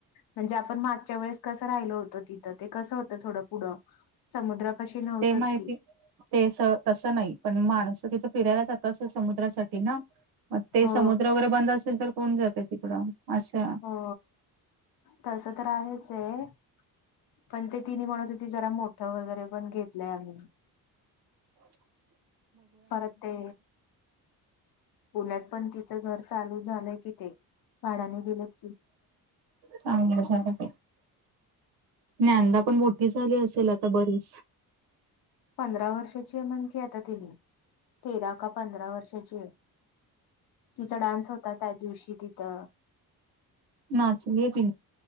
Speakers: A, on the left; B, on the right.
A: म्हणजे आपण मागच्या वेळेस कसं राहिल होत तिथं, ते कस होतं थोड पुढं समुद्रापाशी नव्हतंच
B: ते माहिती
A: की
B: ते अस, तसं नाही, पण माणसं तिथं फिरायला जातात अस समुद्रासाठी ना मग ते
A: हो
B: समुद्र वगैरे बंद असेल तर, कोण जाते तिकडं असं
A: हो तस तर आहेच आहे ये. पण ते तिन म्हणत होती, जरा मोठं वगैरे पण घेतलंय आम्ही
B: अबोध्य <unintelligible>
A: परत ते पुण्यात पण तिचं घर चालु झाल कि, ते भाड्याने दिलत कि.
B: चांगल झाल बाई. ज्ञानदा पण मोठी झाली असेल आता बरीच
A: पंधरा वर्षाची म्हणखी आता तिनी तेरा का पंधरा वर्षाची आहे. तिचा डान्स होता, त्याच दिवशी तिथं.
B: नाचल ती